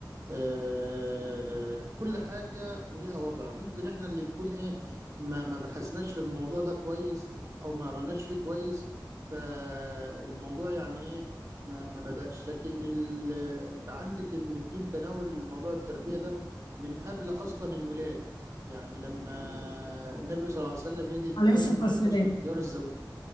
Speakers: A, on the right (about 40°); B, on the left (about 70°).
A: آه، كل حاجة وليها وضع ممكن احنا اللي يكون ايه ما ما بحثناش في الموضوع ده كويس أو ما قرناش فيه كويس فالموضوع يعني ايه ما ما بدأش لكن ال... انت عندك ان الدين تناول موضوع التربية ده من قبل أصلا الولادة يعني لما النبي صلى الله عليه وسلم يجي يتكلم
B: عليه الصلاة والسلام
A: عن حسن اختيار الزوجين